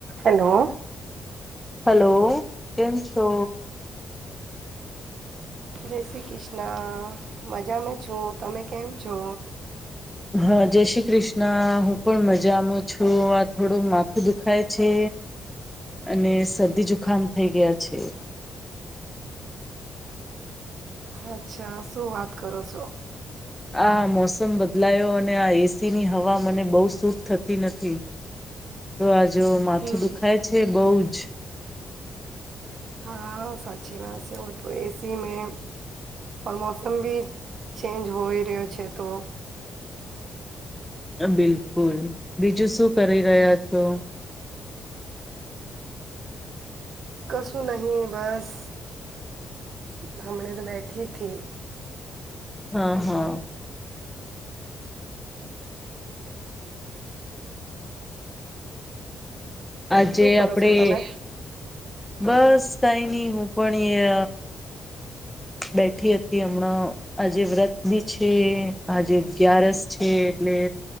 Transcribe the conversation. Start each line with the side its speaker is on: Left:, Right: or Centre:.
Right: Hello
Centre: hello કેમ છો
Right: જય શ્રી કૃષ્ણ મજામાં છું તમે કેમ છો
Centre: હા જય શ્રી કૃષ્ણ ના હું પણ મજામ છું આ થોડું માથું દુખાય છે અને શદી જુખામ થઈ ગયા છે
Right: અચ્છા શું વાત કરો છો
Centre: આ મોસમ બદલાયો અને આ એસી ની હવા મને બહુ સૂટ થતી નથી તો આ જો માથું
Right: હમ.
Centre: દુખાય છે બહ જ
Right: હા સાચી વાત છે હો તો એસી મે મોસ મલ બી ચેન્જ હોય રહ્યો છે તો
Centre: બિલકુલ બીજું શું કરી રહ્યા છો.
Right: કશું નહીં બસ હમને તો બેઠીથી
Centre: હા હા આજે
Right: શું કરો
Centre: આપડે
Right: છો તમે?
Centre: બસ થઈ નહી હું પણ એ બેઠી હતી હમણાં આજે વ્રત બી છે આજે અગ્યારસ છે એટલે